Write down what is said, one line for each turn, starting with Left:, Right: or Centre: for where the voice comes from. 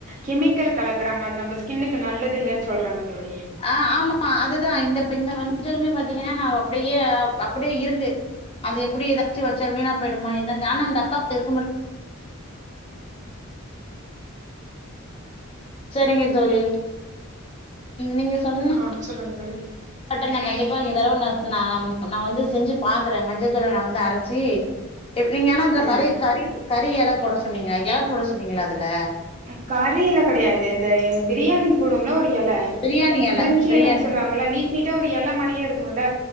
Right: கெமிக்கல் கலக்குறாங்க அது நம்ம ஸ்கின்னுக்கு நல்லது இல்லன் சொல்றாங்க தோழி
Left: ஆ ஆமா அதுதா இந்த மஞ்சளுமே பாத்தீங்கனா நா அப்டியே அப்டியே இருக்கு அது எப்டி எதாச்சு வச்சா வீணா போய்டுமா என்ன ஆனா அந்த டப்பாகுள்ள இருக்கு போது சரிங்க தோழி நீங்க சொன்ன
Right: ஆ சொல்லுங்க தோழி
Left: ட்ட நா கண்டிப்பா இந்த தடவ ந நா நா வந்து செஞ்சு பாக்குற மஞ்சத்தூளை நா வந்து அரச்சி எப்படிங்கன்னா அதுல
Right: ம்
Left: கறி கறி கறி எல போட சொன்னீங்க எல போட சொன்னீங்களா அதுல
Right: அ கறியிலா கெடையாது இந்த என் பிரியாணிக்கு போடுவோம்ல ஒரு எல
Left: பிரியாணி எல
Right: பிரிஞ்சி
Left: பிரியாணி
Right: எலன் சொல்லுவாங்க
Left: இலை.
Right: இல்ல நீட் நீட்டா ஒரு எல மாரியே இருக்குல்ல